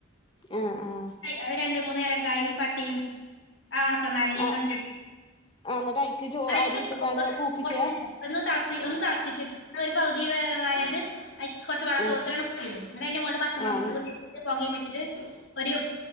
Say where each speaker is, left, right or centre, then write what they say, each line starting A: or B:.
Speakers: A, on the left (about 25°); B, on the left (about 65°).
A: ആഹ് ആഹ്
B: അത് രണ്ടും മൂന്നേലക്കായും പട്ടയും ആ ഒണക്ക നാരങ്ങിയൊക്കെ
A: ആഹ്
B: അണ്
A: ആഹ് എന്നിട്ട് അയിക്ക് ചോ അരി
B: ഇട്ട് <unintelligible>
A: ഇട്ട്ങ്ങാണ്ട് കൂക്കിച്ചേ
B: ഒന്ന് തളപ്പിച്ചു ഒന്ന് തളപ്പിച്ച് <unintelligible> പൗതി വേവയത് അ കൊർച്ച് വളത്തോട്ക്കനണ്
A: ആഹ്
B: മുക്കിടും ഇന്നിട്ടയ്ന്റെമോൾല് പച്ചമൊളകു
A: ആഹ്
B: കുത്തിട്ടിട്ട് പോകിം വെ <unintelligible> ഒരു